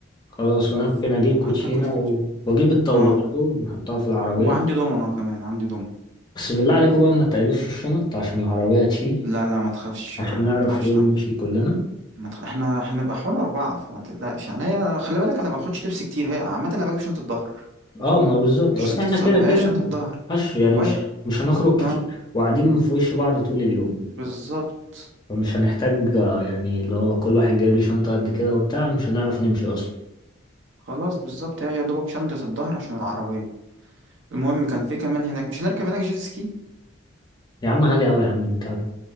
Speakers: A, on the left; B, on the right.
A: خلاص
B: وف-
A: وانا ممكن اجيب
B: وحتى
A: كوتشينة
B: كنت
A: و...
B: كنت
A: واجيب الطاولة
B: آه
A: برضو نحطها في العربية
B: وعندي دومنة كمان عندي دومنة
A: بس بالله عليكم بقى ما تقلوش الشنط عشان العربية تشيل
B: لا لا ما تخافش
A: عشان
B: ما
A: نعرف
B: نطلعش
A: ايه
B: نعم
A: نمشي كلنا
B: ما تخ... احنا هنبقى حوالي أربعة فما تقلقش يعني هي خلي بالك أنا ما باخدش لبس كتير هي عامة أنا بجيب شنطة ظهر
A: اه ما هو بالظبط
B: مش
A: اصل
B: شنطة
A: احنا
B: سفر
A: كده كده
B: هي شنطة ظهر
A: مش يعني
B: ويح
A: مش مش هنخرج كتير
B: اه
A: وقاعدين في وش بعض طول اليوم
B: بالظبط
A: فمش هنحتاج آه، يعني اللي هو كل واحد جايب لي شنطة قد كده وبتاع مش هنعرف نمشي اصلا
B: خلاص بالظبط هي يا دوبك شنطة الظهر عشان العربية المهم كان في كمان هناك مش هنركب هناك جيت سكي
A: يا عم غالي أوي يا عم البتاع ده